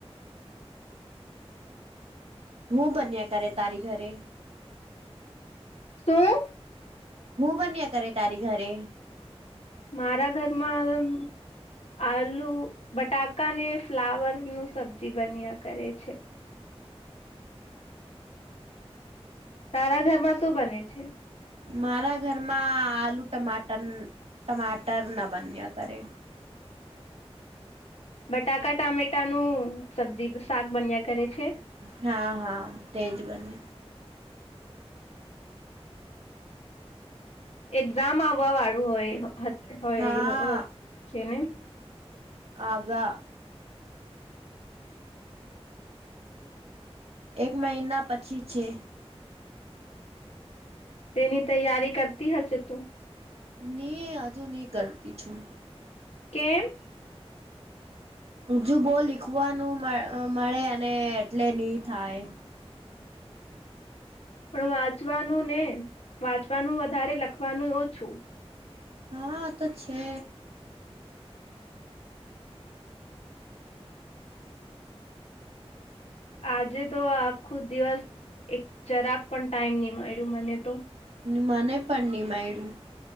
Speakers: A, on the right; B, on the left.
A: હું બન્યા કરે તારી ઘરે.
B: તો
A: હું બન્યા કરે તારી ઘરે.
B: મારા ઘરમાં આલુ બટાકા ને ફ્લાવર નું સબ્જી બન્યા કરે છે. તારા ઘરમાં શું બને છે?
A: મારા ઘરમાં આલુ ટમાટર ટમાટર ના બન્યા કરે.
B: બટાકા, ટામેટાનું સબ્જી શાક બન્યા કરે છે.
A: હા હા, તેજ બને.
B: એક્ઝામ આવવા વાળું હોય હોય
A: હા
B: હોત છે ને.
A: આવા એક મહિના પછી છે.
B: તેની તૈયારી કરતી હશે તું?
A: નહીં હજુ નહી કરતી છું.
B: કેમ?
A: હજુ બહુ લીખવાનું મ મળે અને એટલે ની થાય.
B: પણ વાંચવાનું ને વાંચવાનું વધારે, લખવાનું ઓછુ.
A: હા, તો છે.
B: આજે તો આખું દિવસ એક જરાક પણ ટાઈમ નહીં મળ્યું મને તો.
A: મને પન નય મડ્યું.